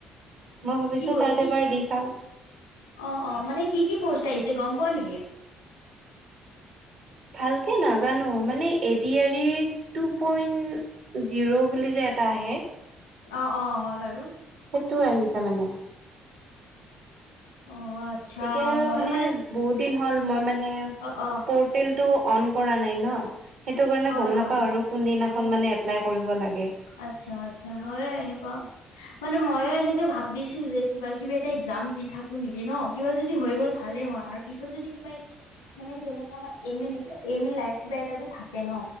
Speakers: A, on the right (about 65°); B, on the left (about 90°).
A: মই ভাবিছো
B: কি বল
A: তাত
B: কি-
A: এবাৰ দি চাও
B: অ' - অ', মানে কি - কি পোষ্ট আহিছে গম পোৱা নেকি?
A: ভালকে নাজানো মানে এ ডি আৰ ইৰ টু পইণ্ট জিৰ বুলি যে এটা আহে।
B: অ', অ', হয় বাৰু।
A: সেইটোও আহিছে মানে।
B: অ', আচ্ছা
A: এতিয়া
B: ময়ো
A: মানে বহুত দিন হ'ল মই মানে
B: অ অ
A: পৰ্ট তেলটো অন কৰা নাই ন, সেইটো কাৰণে
B: হয়
A: গম
B: হয়
A: নাপাও আৰু। কোনদিনাখন মানে এপ্লাই কৰিব লাগে।
B: আচ্ছা-আচ্ছা হয় এনেকোৱা।
A: উম, <inaudible>
B: মানে ময়ো এনেকৈ ভাবিছো যে কিবা-কিবি এটা এক্সাম দি থাকো নেকি ন, কিবা যদি হৈ গ'ল ভালেই হয় আৰু পিছত যদি কি পাই ন? মানে কি যেনেকুৱা আমাৰ এম মিন কিবা এম মিল লাইফ কিবা এটাটো থাকে ন,